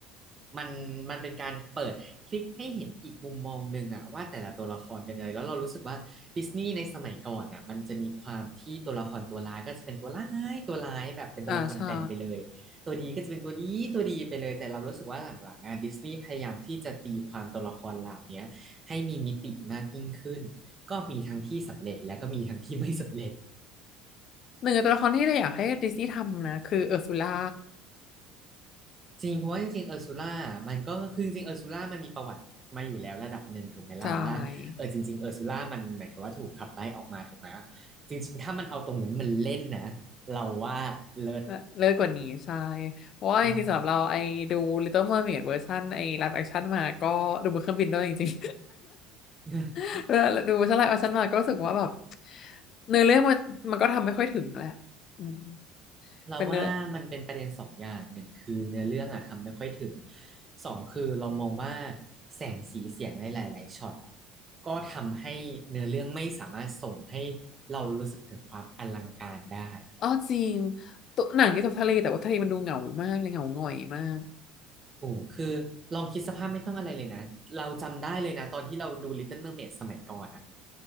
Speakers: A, on the right (about 30°); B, on the left (about 50°).
A: มันมันเป็นการเปิดพลิกให้เห็นอีกมุมมองหนึ่งอะว่าแต่ละตัวละครเป็นอะไรแล้วเรารู้สึกว่าดิสนีย์ในสมัยก่อนอะมันจะมีความที่ตัวละครตัวร้ายก็จะเป็นตัวร้ายตัวร้ายแบบเป็นตัวละครแบนไปเลยตัวดีก็จะเป็นตัวดีตัวดีไปเลยแต่เรารู้สึกว่าหลังๆอะดิสนีย์พยายามที่จะตีความตัวละครเหล่าเนี้ยให้มีมิติมากยิ่งขึ้นก็มีทั้งที่สำเร็จและก็มีทั้งที่ไม่สำเร็จ
B: อ่าใช่หนึ่งในตัวละครที่เราอยากให้ดิสนีย์ทำนะคือเออร์ซูล่า
A: จริงเพราะว่าจริงๆเออร์ซูล่ามันก็คือจริงๆเออร์ซูล่ามันมีประวัติมาอยู่แล้วระดับหนึ่งถูกไหมล่ะว่าเออจริงๆเออร์ซูล่ามันหมายความว่าถูกขับไล่ออกมาถูกไหม
B: ใช่
A: จริงๆถ้ามันเอาตรงนั้นมันเล่นนะเราว่าเลิศ
B: เลิเลิศกว่านี้ใช่เพราะว่าจริงๆสำหรับเราไอ้ดู
A: ใช่
B: Little Mermaid เวอร์ชันไอ้ live action มาก็ดูบนเครื่องบินด้วยจริง
A: <laughs>
B: ๆ <laughs> ดูดูเวอร์ชัน live action มาก็รู้สึกว่าแบบเนื้อเรื่องมันมันก็ทำไม่ค่อยถึงแหละอืม
A: เราว่ามันเป็นประเด็นสองอย่างหนึ่งคือเนื้อเรื่องอะทำไม่ค่อยถึง
B: เป็นเนื้อ
A: สองคือเรามองว่าแสงสีเสียงในหลายๆช็อตอะก็ทำให้เนื้อเรื่องไม่สามารถส่งให้เรารู้สึกถึงความอลังการได้
B: อ๋อจริงตัวหนังเกี่ยวกับทะเลแต่ว่าทะเลมันดูเหงามากเลยเหงาหงอยมาก
A: ถูกคือลองคิดสภาพไม่ต้องอะไรเลยนะเราจำได้เลยนะตอนที่เราดู Little Mermaid สมัยก่อนอะ